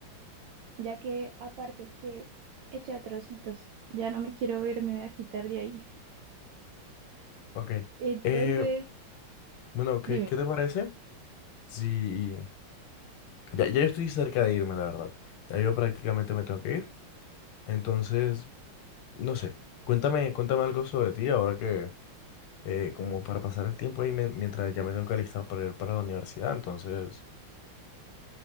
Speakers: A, on the right; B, on the left.
A: ya que aparte es que eché a trocitos, ya no me quiero ver, me voy a quitar de ahí.
B: Ok.
A: Entonces,
B: Eh, bueno, ¿qué,
A: dime,
B: qué te parece? Sí. Ya, ya yo estoy cerca de irme, la verdad. Ya yo prácticamente me tengo que ir. Entonces, no sé. Cuéntame, cuéntame algo sobre ti ahora que, eh, como para pasar el tiempo ahí mien- mientras ya me tengo que alistar para ir para la universidad. Entonces,